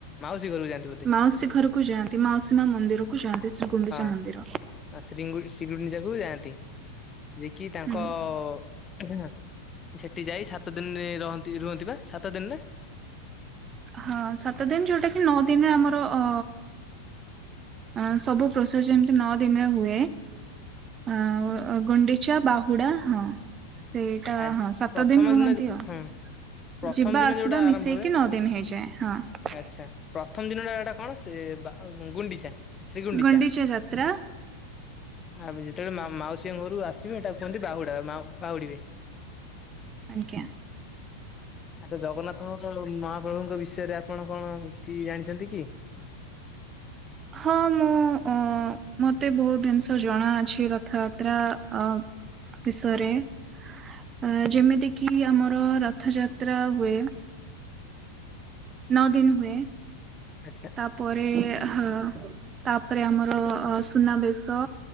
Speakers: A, on the left; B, on the right.
A: ମାଉସୀ ଘରକୁ ଯାଆନ୍ତି ବୋଧେ
B: ମାଉସୀ ଘରକୁ ଯାଆନ୍ତି। ମାଉସୀ ମା ମନ୍ଦିରକୁ ଯାଆନ୍ତି। ଶ୍ରୀ ଗୁଣ୍ଡିଚା
A: ହଁ
B: ମନ୍ଦିର।
A: ଶ୍ରୀଗୁଣ୍ଡି ଶ୍ରୀଗୁଣ୍ଡିଚାକୁ ଯାଆନ୍ତି। ଯେ କିି ତାଙ୍କ
B: ହୁଁ
A: ଏହେ ସେଠି ଯାଇ ସାତ ଦିନରେ ରହନ୍ତି ରୁହନ୍ତି ବା ସାତ ଦିନରେ?
B: ହଁ ସାତ ଦିନ ଯୋଉଟା କି ନଅ ଦିନରେ ଆମର ଅ ଅ ସବୁ ପ୍ରୋସେସ ଯେମିତି ନଅ ଦିନରେ ହୁଏ। ଆଁ ଗୁଣ୍ଡିଚା ବାହୁଡ଼ା ହଁ। ସେଇଟା
A: ଆ
B: ହଁ ସାତ
A: ପ୍ରଥମ
B: ଦିନ ରୁହନ୍ତି ଆଉ।
A: ହଁ ପ୍ରଥମ
B: ଯିବା
A: ଦିନ
B: ଆସିବା
A: ଯୋଉଟା
B: ମିଶେଇକି
A: ଆରମ୍ଭ ହୁଏ
B: ନଅ ଦିନ ହେଇଯାଏ ହଁ।
A: ଆଚ୍ଛା ପ୍ରଥମ ଦିନଟା ଏଟା କଣ ସେ ବା ଗୁଣ୍ଡିଚା ଶ୍ରୀଗୁଣ୍ଡିଚା।
B: ଗୁଣ୍ଡିଚା ଯାତ୍ରା
A: ଆ ଯେତେବେଳେ ମା ମାଉସୀଙ୍କ ଘରୁ ଆସିବେ ହେଟାକୁ କୁହନ୍ତି ବାହୁଡା ମା ବାହୁଡିିବେ।
B: ଆଜ୍ଞା।
A: ଆଚ୍ଛା ଜଗନ୍ନାଥଙ୍କ ମହାପ୍ରଭୁଙ୍କ ବିଷୟରେ ଆପଣ କଣ କିଛି ଜାଣିଛନ୍ତି କି? <inaudible>
B: ହଁ ମୁଁ ଉଁ ମତେ ବହୁତ ଜିନିଷ ଜଣାଅଛି ରଥଯାତ୍ରା ଅ ବିଷରେ। ଅ ଯେମିତି କିି ଆମର ରଥଯାତ୍ରା ହୁଏ। ନଅ ଦିନ ହୁଏ।
A: ଆଚ୍ଛା
B: ତାପରେ ହଁ ତାପରେ ଆମର ଅ ସୁନାବେଶ,